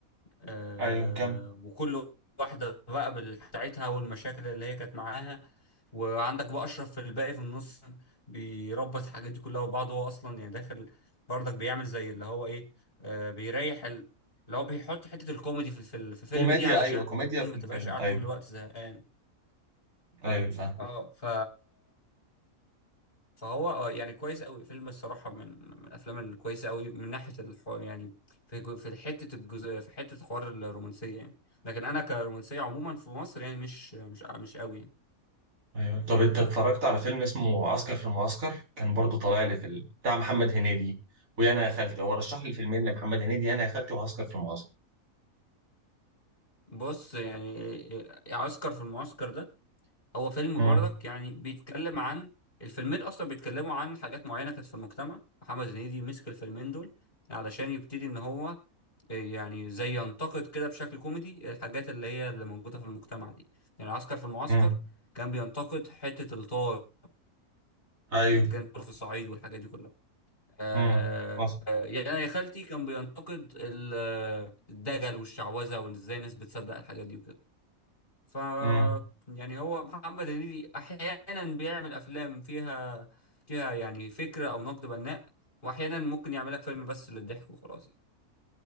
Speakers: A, on the left (about 35°); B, on the right (about 65°).
A: آه،
B: ايوه كم
A: وكل واحدة بقى بال- بتاعتها والمشاكل اللي هي كانت معاها وعندك بقى أشرف في الباقي في النص بيربط الحاجات دي كلها وبعض هو أصلا يعني داخل برضك بيعمل زي اللي هو إيه آه، بيريح ال- اللي هو بيحط حتة الكوميدي في الفيلم في الفيلم
B: كوميديا
A: دي علشان
B: ايوه كوميديا
A: ما
B: في الفيلم
A: تبقاش قاعد
B: ايوه
A: طول الوقت زهقان
B: ايوه فاهم
A: اه ف فهو آه، يعني كويس قوي فيلم الصراحه من من الافلام الكويسه قوي من ناحيه الحوار يعني في جو- في حته الجزء في حته حوار الرومانسيه يعني لكن انا كرومانسيه عموما في مصر يعني مش مش مش قوي يعني
B: ايوه طب انت اتفرجت على فيلم اسمه عسكر في المعسكر كان برضو طالع لي في ال... بتاع محمد هنيدي ويا انا يا خالتي هو رشح لي فيلمين لمحمد هنيدي يا انا يا خالتي وعسكر في المعسكر
A: بص يعني آه، عسكر في المعسكر ده هو فيلم
B: امم
A: برضك يعني بيتكلم عن الفيلمين اصلا بيتكلموا عن حاجات معينه كانت في المجتمع محمد هنيدي مسك الفيلمين دول علشان يبتدي ان هو إيه، يعني زي ينتقد كده بشكل كوميدي الحاجات اللي هي اللي موجوده في المجتمع دي يعني عسكر في المعسكر
B: امم
A: كان بينتقد حته الطار
B: ايوه
A: اللي كان في الصعيد والحاجات دي كلها آه
B: امم حصل.
A: آه، يعني أنا يا خالتي كان بينتقد ال- آه، الدجل والشعوذه وان ازاي الناس بتصدق الحاجات دي وكده ف
B: امم
A: يعني هو محمد هنيدي احيانا بيعمل افلام فيها فيها يعني فكره او نقد بناء واحيانا ممكن يعمل لك فيلم بس للضحك وخلاص يعني.